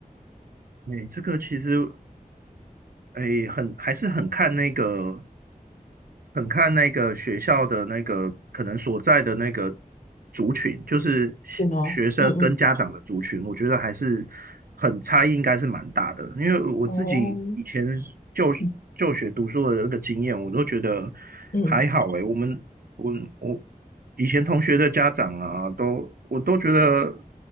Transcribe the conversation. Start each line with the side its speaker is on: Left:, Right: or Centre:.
Right: 哎，这个其实诶，很还是很看那个，很看那个学校的那个可能所在的那个族群，就是学学生跟家长的族群，
Left: 对哦，嗯嗯，
Right: 我觉得还是很差异，应该是蛮大的。因为我自己以前就就学读书的那个经验，
Left: 哦，嗯
Right: 我都觉得
Left: 嗯，
Right: 还好诶，我们我我以前同学的家长啊，都我都觉得